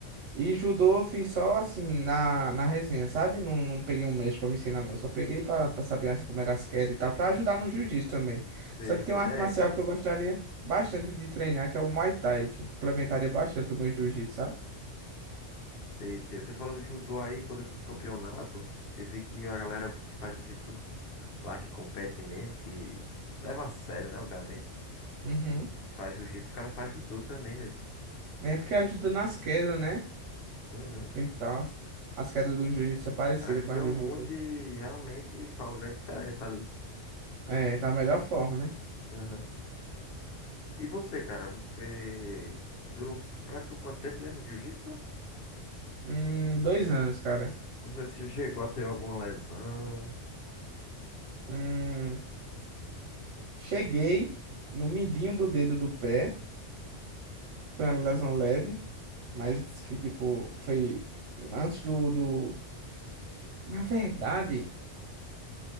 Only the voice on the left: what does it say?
Sei,
sei.
É, quando,
Sei, sei. Você falou do judô aí, quando eu fui pro campeonato, eu vi que a galera que faz jiu-jitsu lá, que compete mesmo, que leva a sério, né, obviamente,
que faz jiu-jitsu, os caras fazem judô também, velho.
Uhum.
Ajuda
muito e realmente faz uma grande diferença ali.
Uhum. E você, cara, você durou, praticou quanto tempo mesmo de jiu-jitsu?
Você se- chegou a ter alguma lesão?